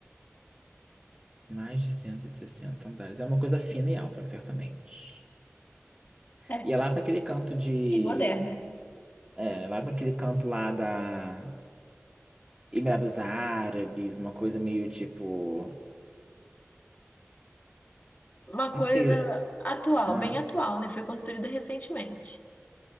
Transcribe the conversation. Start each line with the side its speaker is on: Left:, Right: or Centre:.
Right: Mais de 160 andares. É uma coisa fina e alta, certamente.
Left: É,
Right: E é lá para aquele canto de.
Left: e moderna.
Right: É, lá para aquele canto lá da. Emirados Árabes, uma coisa meio tipo.
Left: Uma
Right: Não
Left: coisa
Right: sei.
Left: atual,
Right: ah,
Left: bem atual, né? Foi construída recentemente.